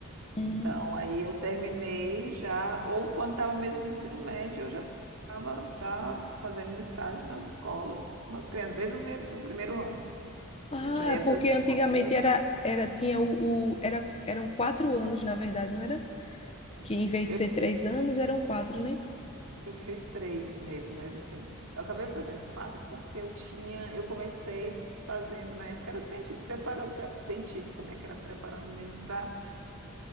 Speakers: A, on the left (about 25°); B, on the right (about 75°).
A: hum,
B: Então, aí eu terminei já, ou quando estava mesmo no ensino médio, eu já estava já fazendo os estágios nas escolas, com as crianças, desde o primeiro, do primeiro ano.
A: Ah,
B: Eu já ia
A: porque
B: para as escolas,
A: antigamente era,
B: já.
A: era tinha o, o- era, eram quatro anos, na verdade, não era? Que em vez de
B: Eu,
A: ser três anos, eram quatro, né?
B: eu fiz três mesmo, mas assim, eu acabei fazendo quatro porque eu tinha, eu comecei fazendo na época, era cientista, preparando pra- científico, né? Que era preparando mesmo para